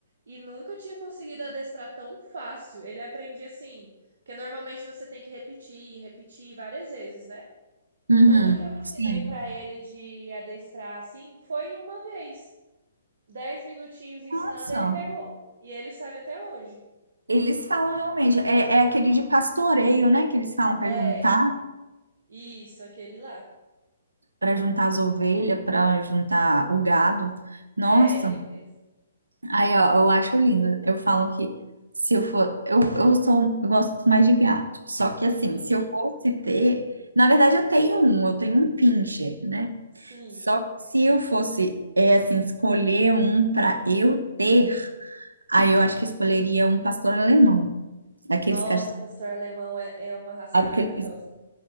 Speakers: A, on the right; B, on the right.
A: e nunca tinha conseguido adestrar tão fácil. Ele aprendia assim, porque normalmente você tem que repetir, repetir várias vezes, né?
B: Uhum,
A: Tudo que eu ensinei
B: sim.
A: pra ele de adestrar assim foi em uma vez. Dez minutinhos ensinando,
B: Nossa,
A: ele pegou. E ele sabe até hoje.
B: eles falam realmente. É, é aquele de pastoreio, né? Que eles falam para
A: É,
B: juntar,
A: isso, aquele lá.
B: para juntar as ovelhas, para juntar o gado. Nossa.
A: É, ele mesmo.
B: Aí, ó, eu acho lindo. Eu falo que se eu for. Eu, eu sou. Eu gosto mais de gato. Só que,
A: Uhum,
B: assim, se eu fosse ter. Na verdade, eu tenho um. Eu tenho um pincher, né?
A: sim.
B: Só que se eu fosse, é, assim, escolher um para eu ter, aí eu acho que escolheria um pastor alemão. Aqueles
A: Nossa,
B: cachorros.
A: pastor alemão é, é uma raça
B: Aqueles,
A: maravilhosa.